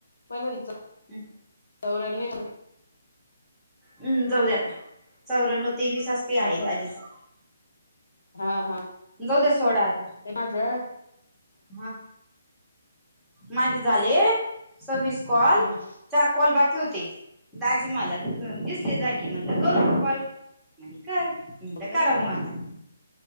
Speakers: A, on the left; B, in the centre.
A: पलंतच
B: हम्
A: तररच <unintelligible>
B: हम् जाऊ द्या आता चौऱ्याण्णव तेवीस अस काही आहेत
A: आठ
B: आजीचा
A: हा हा
B: जाऊद्या सोडा आता
A: ते माझं
B: हा माझे झाले सविस कॉल
A: हो
B: चार कोलबाकी होते दाजीमाला दिसले जागी म्हणलं करूॉल म्हणे कर म्हणलं
A: का
B: करा मग आता